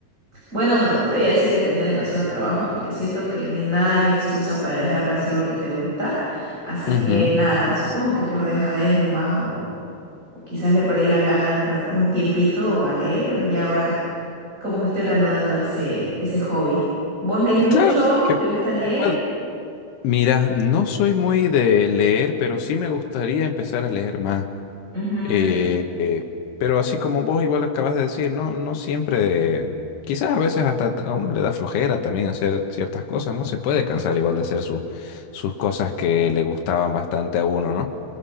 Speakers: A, on the right; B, on the left.
A: Bueno, no, no te voy a decir que tenía demasiado trabajo porque siento que ni nada es excusa para dejar de hacer lo que te gusta. Así
B: Ujú.
A: que nada, supongo que por dejadez nomás o, o quizás le perdí las ganas un rat- un tiempito a leer, pero ya ahora como que estoy reanudando ese, ese hobby. ¿Vos lees mucho?
B: Claro que
A: ¿Te gusta leer?
B: pues, mira, no soy muy de leer, pero sí me gustaría empezar a leer más.
A: Ujú.
B: Eh, eh, pero así como vos igual acabas de decir, no, no siempre, quizás a veces hasta a uno le da flojera también hacer ciertas cosas, ¿no? Se puede cansar igual de hacer su- sus cosas que le gustaban bastante a uno, ¿no?